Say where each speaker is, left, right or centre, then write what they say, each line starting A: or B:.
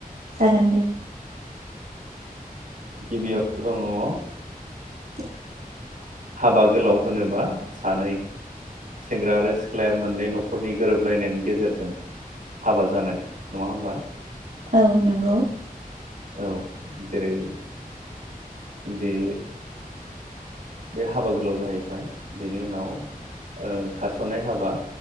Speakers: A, on the right; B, on the right.
A: जागोन दे
B: गिबियाव दङ ओ
A: औ
B: हाबा गोलाव होनोबा सानै सेंग्रा आरो सिख्लाया मोननै न'खरनि गोरोबलायनायनि गेजेरजों हाबा जानाय नङा होमबा
A: औ नंगौ
B: औ जेरै बे बे हाबा गोलाव जाहैबाय बेनि उनाव ओ खारस'नाय हाबा